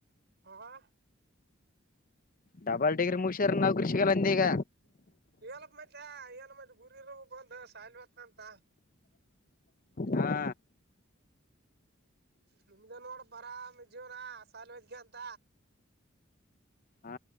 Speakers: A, on the right; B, on the left.
A: ಹಾ
B: ಡಬಲ್ ಡಿಗ್ರಿ ಮುಗಸ್ಯ್ರ ನಾ್ ಕೃಷಗಲ್ಲಂದ ಈಗ
A: ಲಪ್ ಮ ಏನ ಮ ಗುರಿ ಇರಬೇಕು ಒಂದ ಸಲ್ವ ಅಂತ
B: ಹಾ
A: ನಿಮಿದ ನಡ ಬಾರಾಮ ಯೂನಾ ಅಸಾಲವೆಜಕಂತ
B: ಹಾ